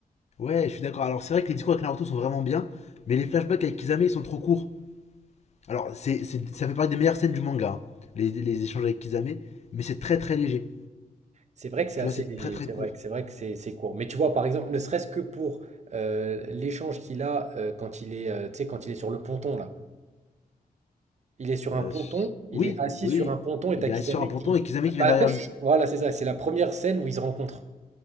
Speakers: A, on the left; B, on the right.
A: ouais, je suis d'accord. Alors, c'est vrai que les discours avec Naruto sont vraiment bien, mais les flashbacks avec Kisame ils sont trop courts. Alors, c'est, c'est- ça fait partie des meilleures scènes du manga, hein, les, les échanges avec Kisame, mais c'est très très léger.
B: C'est vrai que c'est
A: Tu
B: assez
A: vois, c'est
B: léger,
A: très très
B: c'est
A: court.
B: vrai que c'est vrai que c'est c'est court. Mais tu vois, par exemple, ne serait-ce que pour euh, l'échange qu'il a euh, quand il est, euh, tu sais, quand il est sur le ponton là. Il est sur
A: Euh,
B: un ponton, il
A: oui,
B: est assis
A: oui,
B: sur un ponton et
A: il
B: t'as
A: est
B: Kisame
A: assis sur un ponton
B: qui.
A: et Kisame qui
B: Bah,
A: vient derrière
B: en fait, c'est-
A: lui.
B: voilà, c'est ça. C'est la première scène où ils se rencontrent.